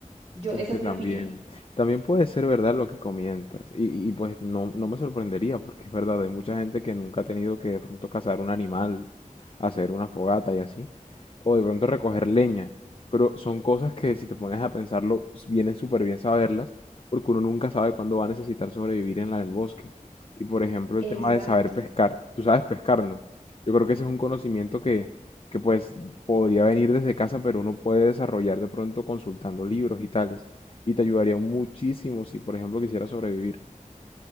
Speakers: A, on the right (about 45°); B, on the left (about 45°).
A: Yo,
B: Porque
A: esa es
B: también,
A: mi opinión.
B: también puede ser verdad lo que comentas. Y, y pues no, no me sorprendería, porque es verdad, hay mucha gente que nunca ha tenido que de pronto cazar un animal, hacer una fogata y así, o de pronto recoger leña. Pero son cosas que si te pones a pensarlo, s- vienen súper bien saberlas, porque uno nunca sabe cuándo va a necesitar sobrevivir en la del bosque. Y por ejemplo, el
A: Exacto.
B: tema de saber pescar. Tú sabes pescar, ¿no? Yo creo que ese es un conocimiento que, que pues podría venir desde casa, pero uno puede desarrollar de pronto consultando libros y tales. Y te ayudaría muchísimo si, por ejemplo, quisieras sobrevivir.